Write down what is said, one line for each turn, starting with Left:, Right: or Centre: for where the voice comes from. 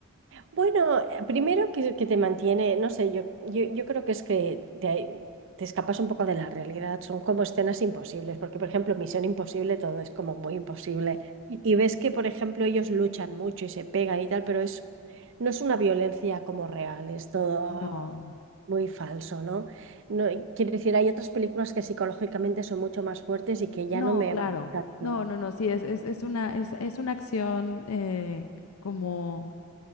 Right: Bueno, eh, primero que, que te mantiene, no sé, yo, yo, yo creo que es que te, ahí- te escapas un poco de la realidad, son como escenas imposibles, porque por ejemplo, Misión Imposible todo es como muy imposible. Y ves que, por ejemplo, ellos luchan mucho y se pegan y tal, pero es, no es una violencia como real, es todo
Left: no,
Right: muy falso, ¿no? No, y quiero decir, hay otras películas que psicológicamente son mucho más fuertes y que ya
Left: no,
Right: no me
Left: claro.
Right: van tanto.
Left: No, no, no, sí, es, es, es una, es, es una acción eh, como